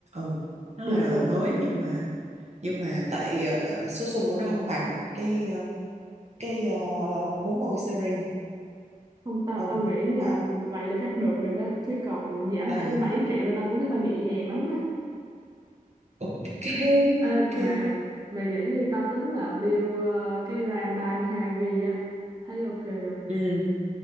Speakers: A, on the right; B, on the right.
A: ừ nó
B: được
A: là đời
B: được
A: mới
B: được
A: nhưng mà nhưng mà tại ờ, số sung của nó không bằng cái ờ, cái uh, 40 series
B: không tao
A: ừ
B: tao nghĩ
A: mà
B: là vậy là chắc được rồi đó chứ còn mà giảm
A: ừ
B: hẳn 7 triệu là tao cũng thấy tao nhẹ nhàng lắm
A: ok
B: Ê,
A: ok
B: mà mày nghĩ tao tính là build ờ, cái RAM 32GB á thấy ok không
A: ừ